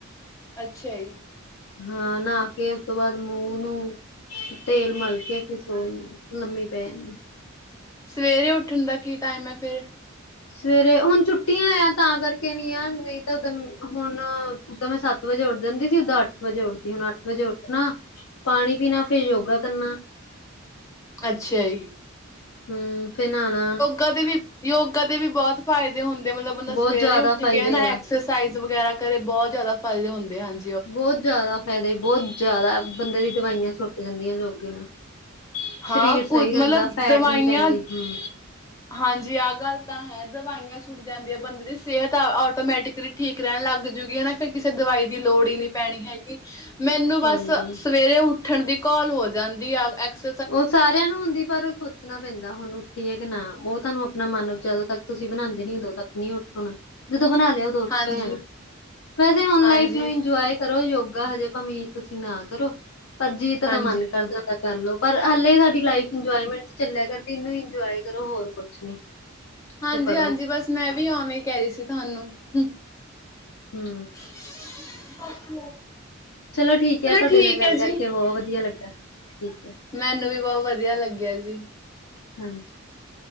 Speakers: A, on the left; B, on the left.
A: ਅੱਛਾ ਜੀ।
B: ਹਾਂ ਨਹਾ ਕੇ ਉਸ ਤੋਂ ਬਾਅਦ ਮੂੰਹ ਨੂੰ ਤੇਲ ਮਲਕੇ ਫਿਰ ਸੋ ਜਾਂਦੀ ਲੰਮੀ ਪੈ ਜਾਂਦੀ।
A: ਸਵੇਰੇ ਉੱਠਣ ਦਾ ਕੀ ਟਾਈਮ ਐ ਫਿਰ।
B: ਸਵੇਰੇ ਹੁਣ ਛੁੱਟੀਆਂ ਆ ਤਾਂ ਕਰਕੇ ਨੀ ਆ ਨਹੀਂ ਤਾਂ ਹੁਣ ਉਦਾ ਤਾਂ ਮੈਂ ਸੱਤ ਵਜੇ ਉੱਠ ਜਾਂਦੀ ਸੀ ਸਿੱਧਾ ਅੱਠ ਵਜੇ ਉੱਠਦੀ ਹੁਣ ਅੱਠ ਵਜੇ ਉੱਠਣਾ। ਪਾਣੀ ਪੀਣਾ ਫੇਰ ਯੋਗਾ ਕਰਨਾ।
A: ਅੱਛਾ ਜੀ,
B: ਹੁੰ ਫੇਰ ਨਹਾਣਾ।
A: ਕਦੇ ਵੀ ਯੋਗਾ ਦੇ ਵੀ ਬਹੁਤ ਫਾਇਦੇ ਹੁੰਦੇ ਮਤਲਬ ਬੰਦਾ
B: ਬਹੁਤ
A: ਸਵੇਰੇ
B: ਜ਼ਿਆਦਾ
A: ਉੱਠ
B: ਫਾਇਦੇ
A: ਕੇ ਹਨਾ
B: ਆ
A: ਏਕ੍ਸਰਸਾਈਜ ਐਕਸਰਸਾਈਜ਼ ਵਗੈਰਾ ਕਰੇ ਬਹੁਤ ਜ਼ਿਆਦਾ ਫਾਇਦੇ ਹੁੰਦੇ ਹਨ।
B: ਬਹੁਤ ਜ਼ਿਆਦਾ ਫਾਇਦੇ ਬਹੁਤ ਜ਼ਿਆਦਾ ਬੰਦੇ ਦੀ ਦਵਾਈਆਂ ਛੁਟ ਜਾਂਦੀਆਂ ਨੇ। ਸ਼ਰੀਰ
A: ਹਾਂ
B: ਸਹੀ
A: ਕੁਝ
B: ਰਹਿੰਦਾ
A: ਮਤਲਬ
B: ਫੈਟ
A: ਦਵਾਈਆਂ
B: ਨੀ ਪੈਂਦੀ ਹੂੰ।
A: ਹਾਂਜੀ ਆਹ ਗੱਲ ਤਾਂ ਹੈ ਦਵਾਈਆਂ ਚ ਛੁੱਟ ਜਾਂਦੀ ਐ ਬੰਦੇ ਦੀ ਸਿਹਤ ਆਟੋਮੈਟਿਕਲੀ ਠੀਕ ਰੈਣ ਲੱਗ ਜੂਗੀ ਹਨਾ ਫਿਰ ਕਿਸੇ ਦਵਾਈ ਦੀ ਲੋੜ ਈ ਨੀ। ਪੈਣੀ ਹੈਗੀ ਮੈਨੂੰ ਬਸ
B: ਹਾਂਜੀ
A: ਸਵੇਰੇ ਉੱਠਣ ਦੀ ਘੋਲ ਹੋ ਜਾਂਦੀ ਆ ਐਕਸ
B: ਓ ਸਾਰਿਆਂ ਨੂੰ ਹੁੰਦੀ ਪਰ ਓ ਸੋ ਚਣਾ ਪੈਂਦਾ ਹੁਣ ਉੱਠੀਏ ਕੇ ਨਾ ਓ ਤੁਹਾਨੂੰ ਆਪਣਾ ਮਨ ਜਦੋਂ ਤੱਕ ਤੁਸੀਂ ਬਣਾਉਂਦੇ ਨੀ ਉਦੋਂ ਤੱਕ ਨੀ ਉੱਠਣਾ। ਜਦੋਂ ਬਣਾ ਲਿਆ ਓਦੋਂ ਉੱਠ
A: ਹਾਂਜੀ,
B: ਹੋ ਜਾਣਾ ਵੈਸੇ ਹੁਣ
A: ਹਾਂਜੀ,
B: ਲਾਈਫ ਨੂੰ ਇੰਜੋਏ ਕਰੋ ਯੋਗਾ ਹਜੇ ਭਾਵੇਂ ਤੁਸੀਂ ਨਾ ਕਰੋ ਪਰ ਜੀ ਤਾਡਾ
A: ਹਾਂਜੀ,
B: ਮਨ ਕਰਦਾ ਤਾਂ ਕਰਲੋ। ਪਰ ਹਲੇ ਸਾਡੀ ਲਾਈਫ ਇੰਜੋਏਮੈਂਟ ਚ ਚੱਲਿਆ ਕਰਦੀ ਇਨੂੰ ਇੰਜੋਏ ਕਰੋ ਹੋਰ ਕੁੱਛ ਨੀ।
A: ਹਾਂਜੀ
B: ਤੇ ਪੜ੍ਹੋ
A: ਹਾਂਜੀ ਬਸ ਮੈਂ ਵੀ ਓਵੇਂ ਈ ਕੈ ਰੀ ਸੀ ਤੁਹਾਨੂੰ ਹੂੰ।
B: ਹੂੰ।
A: <unintelligible>
B: ਚਲੋ ਠੀਕ ਐ ਤੁਹਾਡੇ
A: ਠੀਕ
B: ਨਾਲ ਗੱਲ
A: ਹੈ ਜੀ,
B: ਕਰਕੇ ਬੋ ਵਧੀਆ ਲੱਗਾ ਠੀਕ ਐ।
A: ਮੈਨੂੰ ਵੀ ਬੋ ਵਧੀਆ ਲੱਗਿਆ ਜੀ।
B: ਹਾਂਜੀ।